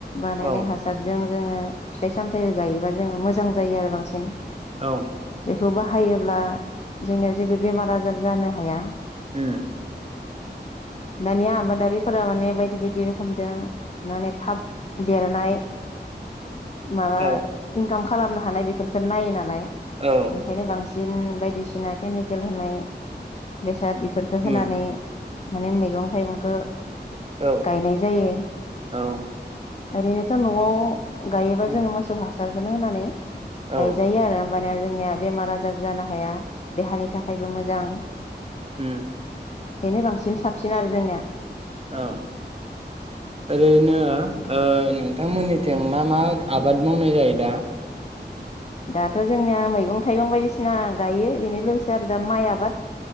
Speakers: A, on the left; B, on the right.
A: बानायनाय
B: औ
A: हासारजों जोङो। फिथाइ सामथायाइखौ गायोबा जोङो मोजां जायो आरो बांसिन
B: औ
A: बेखौ बाहायोब्ला जोंनियाव जेबो बेमार आजार जानो हाया।
B: ओम
A: दानिया आबादारिफोरा माने बायदि बायदि रोखोमजों माने थाब देरनाय माबा
B: औ
A: <unintelligible> काम खालामनो हानाय बेफोरफोरखो नायो नालाय।
B: औ
A: ओंखायनो बांसिन बायदिसिना सिना केमिकेल होनाय बेसाद बेफोरखौ होनानै
B: उम
A: माने मैगं थाइगंखो
B: औ
A: गायनाय जायो
B: औ
A: ओरैनोथ' न'आव गायोबा
B: औ
A: जोङो मोसौ हा हासारखौनो होनानै
B: औ
A: गायजायो आरो निया‌ जोंनिया बेमार आजार जानो हाया। देहानि थाखायबो मोजां
B: उम
A: बेनो बांसिन साबसिन आरो जोंनिया
B: औ ओरैनो ओ नोंथांमोननिथिं मा मा आबाद मावनाय जायो दा
A: दाथ जोंनिया मैगं थाइगं बायदिसिना गायो बेनो लोगोसे आरो दा माइ आबाद